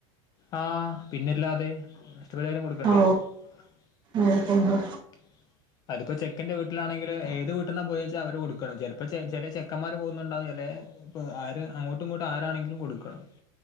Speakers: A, on the left; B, on the right.
A: ആഹ് പിന്നില്ലാതെ ഇഷ്ടപരിഹാരം കൊടു <unintelligible>
B: ഓ ഓഹോ ഹോ
A: അതിപ്പോ ചെക്കൻന്റെ വീട്ടിലാണെങ്കില് ഏത് വീട്ടിൽന്ന പോയിച്ചാ അവര് കൊടുക്കണം ചിലപ്പോ ചില ചെക്കന്മാര് പോകുന്നുണ്ടാവും ചിലെ ഇപ്പൊ ആര് അങ്ങോട്ടും ഇങ്ങോട്ട് ആരാണെങ്കിലും കൊടുക്കണം